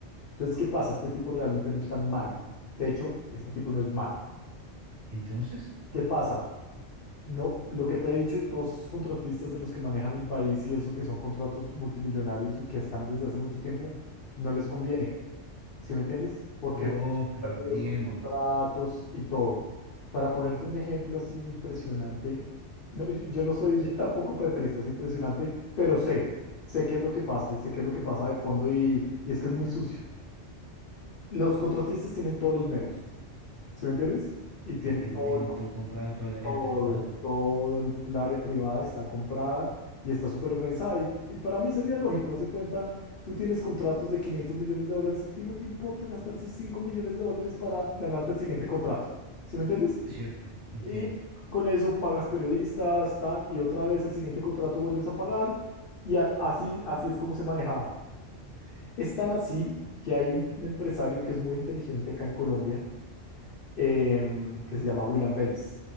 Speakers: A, on the left; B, on the right.
A: Entonces, ¿qué pasa? Este tipo realmente no es tan malo. De hecho, este tipo no es malo.
B: entonces,
A: ¿Qué pasa? No, lo que te he dicho de todos estos contratistas de los que manejan el país y eso, que son contratos multimillonarios y que están desde hace mucho tiempo, no les conviene. ¿Sí me entiendes? Porque
B: oh, entiendo,
A: perdió sus contratos y todo. Para ponerte un ejemplo así impresionante, no, y- yo no soy de- <laughs> tampoco petrista, es impresionante, pero sé, sé qué es lo que pasa y sé qué es lo que pasa de fondo y, y es que es muy sucio. Los contratistas tienen todos los medios, ¿sí me entiendes? Y tienen
B: entiendo,
A: todo
B: tienen
A: el,
B: todo comprado, todo el área
A: todo,
B: privada.
A: todo el, el área privada está comprada y está súper organizada. Y, y para mí sería lógico, haz de cuenta, tú tienes contratos de 500 millones de dólares, a ti no te importa gastarse 5 millones de dólares para ganarte el siguiente contrato. ¿Sí me entiendes?
B: Es cierto, entiendo.
A: Y con eso pagas periodistas, tan, y otra vez el siguiente contrato vuelves a pagar. Y a- así, así es como se manejaba. Es tan así que hay un un empresario que es muy inteligente acá en Colombia em, que se llama William Vélez.